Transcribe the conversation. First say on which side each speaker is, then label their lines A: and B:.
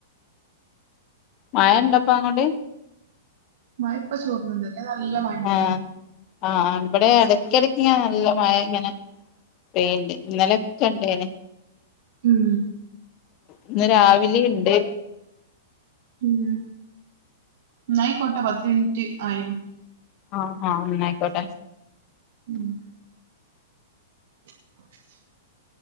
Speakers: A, on the left; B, on the right.
A: മയ ഇണ്ടപ്പ അങ്ങട്
B: മയ ഇപ്പോ ചോർന്നുണ്ട് അല്ലേ നല്ല മഴണ്ടന്
A: ആഹ് ആഹ് ഇവിടെ ഇടക്കിടക്ക് ഇങ്ങെ നല്ല മഴ ഇങ്ങനെ പെയ്യുണ്ട് ഇന്നലൊക്കെ ഇണ്ടേന്
B: ഉം
A: ഇന്ന് രാവിലെയ്ണ്ട്
B: ഉം ന്നായിക്കോട്ടെ പത്ത് മിനിറ്റ് ആയിനു
A: ആഹ് ഹ ന്നായിക്കോട്ടെ
B: ഉം <unintelligible>